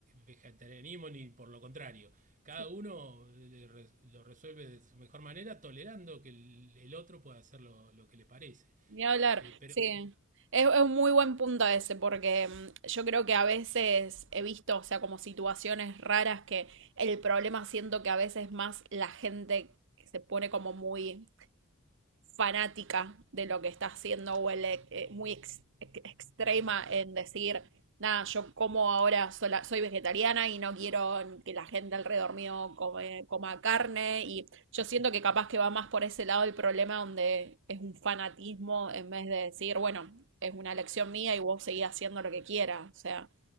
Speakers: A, on the right; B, on the right.
A: vegetarianismo ni por lo contrario. Cada
B: sí,
A: uno eh, lo resuelve de su mejor manera, tolerando que el, el otro pueda hacer lo, lo que le parece.
B: ni hablar.
A: Eh, pero
B: Sí, es, es un muy buen punto ese porque mm, yo creo que a veces he visto, o sea, como situaciones raras que el problema siento que a veces más la gente se pone como muy fanática de lo que está haciendo o el, eh, muy ex- ex- extrema en decir, nada, yo como ahora sola- soy vegetariana y no quiero que la gente alrededor mío come- coma carne. Y yo siento que capaz que va más por ese lado el problema donde es un fanatismo en vez de decir, bueno, es una elección mía y vos seguís haciendo lo que quieras. O sea,